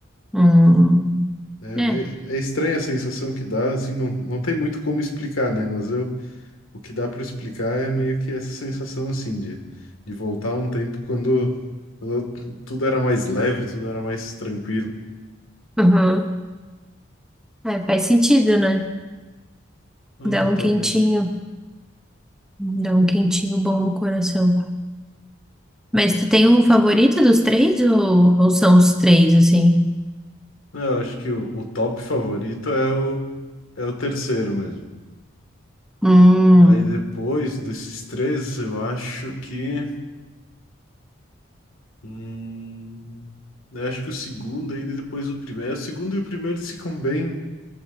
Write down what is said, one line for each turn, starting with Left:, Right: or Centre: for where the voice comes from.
Centre: Hum,
Left: É,
Centre: é,
Left: é, é estranha a sensação que dá, assim, não, não tem muito como explicar, né? Mas eu, o que dá para explicar é meio que essa sensação, assim, de, de voltar a um tempo quando, quando tudo era mais leve, tudo era mais tranquilo.
Centre: uhum. É, faz sentido, né?
Left: Não,
Centre: Dá
Left: totalmente.
Centre: um quentinho, dá um quentinho bom no coração. Mas tu tem um favorito dos três ou, ou são os três, assim?
Left: É, Eu acho que o, o top favorito é o, é o terceiro mesmo.
Centre: Hum.
Left: Aí depois desses três, eu acho que. Hum, eu acho que o segundo ainda e depois o primeiro. O segundo e o primeiro eles ficam bem,